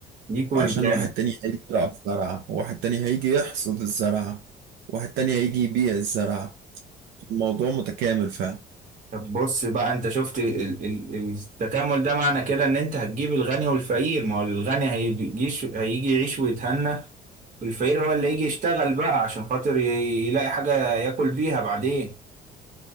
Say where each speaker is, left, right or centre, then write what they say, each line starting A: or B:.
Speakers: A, on the right; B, on the right.
A: ليك ولجيرانك
B: عشان واحد تاني هيجي يزرع الزرعه واحد تاني هيجي يحصد الزرعه واحد تاني هيجي يبيع الزرعه الموضوع متكامل فعلا
A: طب بص بقى انت شفت ال- ال- التكامل ده معنى كده ان انت هتجيب الغني والفقير ما هو الغني هيجيش هيجي يعيش ويتهنى والفقير هو اللي يجي يشتغل بقى عشان خاطر ي- يلاقي حاجة ياكل بيها بعدين